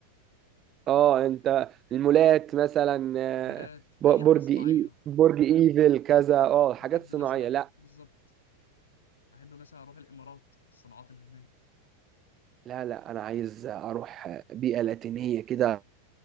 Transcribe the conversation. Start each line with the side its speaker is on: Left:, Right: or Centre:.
Right: اه انت المولات مثلا آه،
Left: مولات
Right: ب-
Left: اي
Right: برج
Left: حاجه صناعيه
Right: اي برج ايفل كذا اه حاجات
Left: احب
Right: صناعيه
Left: مثلا
Right: لا
Left: بالظبط احب مثلا اروح الامارات الصناعات اللي هناك
Right: لا لا انا عايز اروح بيئة لاتينية كده